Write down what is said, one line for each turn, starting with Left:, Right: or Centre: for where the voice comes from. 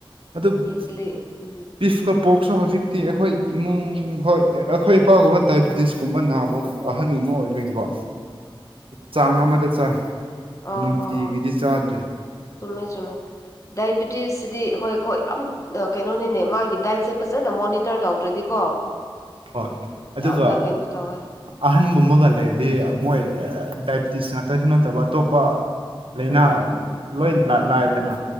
Right: ꯑꯗꯨ ꯄꯐ
Left: ꯏꯖꯤꯂꯤ ꯎꯝ
Right: ꯑꯩꯈꯣꯏ ꯄꯣꯛꯁꯨ ꯍꯧꯖꯤꯛꯇꯤ ꯑꯩꯈꯣꯏ ꯏꯃꯨꯡ ꯍꯣꯏ ꯑꯩꯈꯣꯏ ꯏꯄꯥꯒꯨꯝꯕ ꯗꯥꯏꯕꯦꯇꯤꯁꯀꯨꯝꯕ ꯅꯥꯕ ꯑꯍꯟꯒꯨꯝꯕ ꯑꯣꯏꯕꯅꯤꯀꯣ ꯆꯥꯡ ꯑꯃꯗ ꯆꯥꯏ
Left: ꯑꫭ
Right: ꯅꯨꯡꯇꯤꯒꯤꯗꯤ
Left: ꯍꯣ ꯍꯣ
Right: ꯆꯥꯗ꯭ꯔꯦ
Left: ꯆꯨꯝꯃꯦ ꯆꯨꯝꯃꯦ ꯗꯥꯏꯕꯤꯇꯤꯁꯁꯤꯗꯤ ꯍꯣꯏ ꯀꯣꯏ ꯌꯥꯝ ꯀꯩꯅꯣꯅꯤꯅꯦ ꯃꯥꯒꯤ ꯗꯥꯏꯠꯁꯦ ꯐꯖꯅ ꯃꯣꯅꯤꯇꯔ ꯇꯧꯗ꯭ꯔꯗꯤꯀꯣ
Right: ꯍꯣꯏ ꯑꯗꯨꯒ
Left: ꯌꯥꯝꯅ ꯀꯩꯅꯣ ꯇꯧꯋꯦ
Right: ꯑꯍꯟꯒꯨꯝꯕꯒ ꯂꯩꯔꯗꯤ ꯃꯣꯏ ꯗꯥꯏꯕꯤꯇꯤꯁ ꯉꯥꯛꯇꯁꯨ ꯅꯠꯇꯕ ꯑꯇꯣꯞꯄ ꯂꯥꯏꯅꯥ
Left: ꯎꯝ
Right: ꯂꯣꯏ ꯂꯥꯏꯗꯅ